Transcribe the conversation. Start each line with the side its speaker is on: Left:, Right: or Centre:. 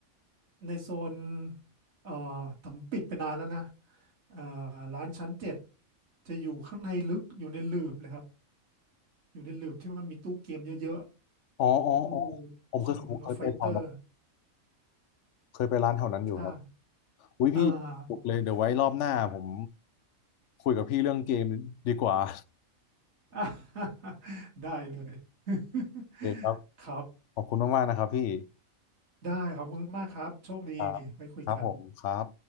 Right: ในโซนเอ่อผมปิดไปนานแล้วนะเอ่อร้านชั้นเจ็ดจะอยู่ข้างในลึกอยู่ในหลืบเลยครับอยู่ในหลืบที่มันมีตู้เกมเยอะ
Left: อ๋ออ๋ออ๋อ
Right: ๆตู้
Left: ผมเคยผมเคยไปแถวนั้น
Right: King of Fighter
Left: เคยไปร้านแถวนั้นอยู่ครับ
Right: ถ้า
Left: อุ้ยพี่ถูกเลยเดี๋ยวไว้รอบหน้าผม
Right: อ่าผม
Left: คุยกับพี่เรื่องเกมดีกว่า <laughs>
Right: <laughs> อ่ะ <laughs> ได้เลย <laughs>
Left: โอเคครับ
Right: ครับ
Left: ขอบคุณมากๆนะครับพี่
Right: ได้ขอบคุณมากครับโชคดีไว้คุยกัน
Left: ครับครับผมครับ